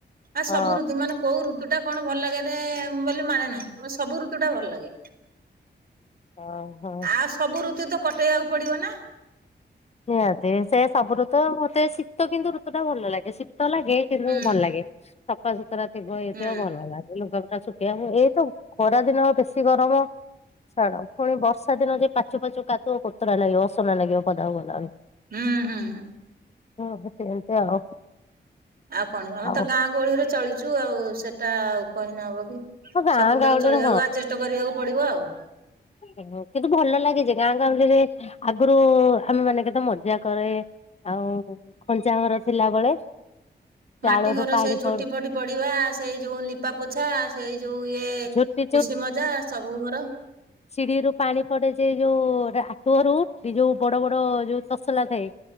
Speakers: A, on the right (about 55°); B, on the left (about 35°).
A: ଆ
B: ହଁ
A: ସବୁ ଋତୁ ମାନେ କୋଉ ଋତୁ ଟା କଣ ଭଲ ଲାଗେ ବୋଲି ମାନେ ନାହିଁ ସବୁ ଋତୁ ଟା ଭଲ ଲାଗେ।
B: ହ ହଁ।
A: ଆଉ ସବୁ ଋତୁ ତ କଟେଇବାକୁ ପଡିବ ନା।
B: ନିହାତି ସେ ସବୁ ଋତୁ ମତେ ଶୀତ କିନ୍ତୁ ଋତୁ ଟା ଭଲ ଲାଗେ ଶୀ ତ ଲାଗେ ଚିନ୍ଧୁ
A: ହୁଁ
B: ଭଲ ଲାଗେ ସଫାସୁତୁରା ଥିବ ଇଏ
A: ହୁଁ
B: ଥିବ ଭଲ ଲାଗେ। ଲୁଗାପଟା ଶୁଖେଇଆ ହ ଏଇତ ଖରା ଦିନ ଆଉ ବେଶୀ ଗରମ। ଛାଡ ପୁଣି ବର୍ଷା ଦିନ ଯେ ପାଚୁ ପାଚୁ କାଦୁଅ କୋତରା ଲାଗିବ ଅସନା ଲାଗିବ ପଦାକୁ ଗଲାବେଳକୁ।
A: ହୁଁ ହୁଁ।
B: ହଁ ସେନ୍ତି ଆଉ।
A: ଆଉ କଣ ଆମେ
B: ଆଉ
A: ତ ଗାଁ ଗହଳିରେ ଚଳିଛୁ ଆଉ ସେଇଟା ଆଉ କହିନେ ହବ କି।
B: ହଁ ଗାଁ
A: ସବୁଟାକୁ
B: ଗାଉଁଲିରେ
A: ଚଳିବାକୁ ଆଜେଷ୍ଟେ କରିବାକୁ ପଡିବ ଆଉ।
B: ଓ କିନ୍ତୁ ଭଲ ଲାଗେ ଯେ ଗାଁ ଗାଉଁଳିରେ। ଆଗରୁ ଆମେ ମାନେ କେତେ ମଜା କରେ ଆଉ ଖଞ୍ଚା ଘର ଥିଲାବେଳେ।
A: ମାଟି
B: ଚାଳରୁ
A: ଘର
B: ପାଣି
A: ସେ ଝୋଟି
B: ପଡେ
A: ଫଟି ପଡିବା, ସେଇ ଯୋଉ ନିପା ପୋଛା ସେଇ ଯୋଉ ଇଏ
B: ଝୋଟି
A: ଖୁସି ମଜା ସବୁ ମୋର।
B: ସିଡିରୁୁ ପାଣି ପଡେ ଯେ ଯୋଉ ଆଟୁଆରୁ ସେଟି ଯୋଉ ବଡ ବଡ ଯୋଉ ତସଲା ଥାଏ।